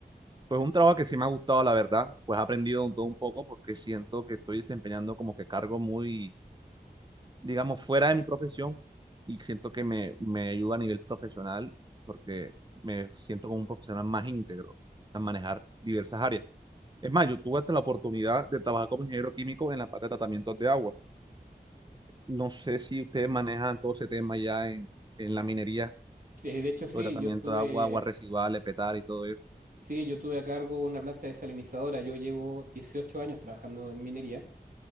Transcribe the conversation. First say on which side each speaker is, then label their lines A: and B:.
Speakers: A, on the right; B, on the right.
A: Pues un trabajo que sí me ha gustado, la verdad, pues he aprendido un todo un poco porque siento que estoy desempeñando como que cargo muy, digamos, fuera de mi profesión y siento que me, me ayuda a nivel profesional porque me siento como un profesional más íntegro a manejar diversas áreas. Es más, yo tuve hasta la oportunidad de trabajar como ingeniero químico en la parte de tratamientos de agua. No sé si ustedes manejan todo ese tema ya en, en la minería,
B: eh, de hecho, sí,
A: lo de tratamiento
B: yo estuve,
A: de agua, aguas residuales, petar y todo eso.
B: sí, yo tuve a cargo una planta desalinizadora, yo llevo 18 años trabajando en minería.